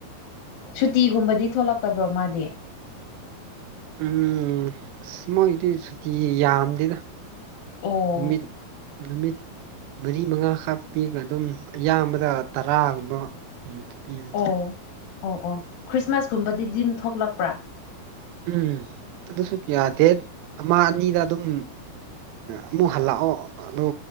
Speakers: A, on the left (about 75°); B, on the right (about 80°).
A: ꯁꯨꯇꯤꯒꯨꯝꯕꯗꯤ ꯊꯣꯛꯂꯛꯇꯕ꯭ꯔꯣ ꯃꯥꯗꯤ
B: ꯎꯝ ꯑꯁ ꯃꯣꯏꯗꯤ ꯁꯨꯇꯤ ꯌꯥꯝꯗꯦꯗ
A: ꯑꯣ
B: ꯅꯨꯃꯤꯠ ꯅꯨꯃꯤꯠ ꯃꯔꯤ ꯃꯉꯥꯈꯛ ꯄꯤꯒ ꯑꯗꯨꯝ ꯑꯌꯥꯝꯕꯗ ꯇꯔꯥꯒꯨꯝꯕ ꯄꯤꯕꯅꯤ
A: ꯑꯣ ꯑꯣ ꯑꯣ ꯈ꯭ꯔꯤꯁꯃꯥꯁꯀꯨꯝꯕꯗꯤꯗꯤ ꯑꯗꯨꯝ ꯊꯣꯛꯂꯛꯄ꯭ꯔꯥ
B: ꯎꯝ ꯑꯗꯨꯁꯨ ꯀꯌꯥꯗꯦ ꯑꯃ ꯑꯅꯤꯗ ꯑꯗꯨꯝ ꯑꯃꯨꯛ ꯍꯜꯂꯛꯑꯣ ꯑꯗꯨ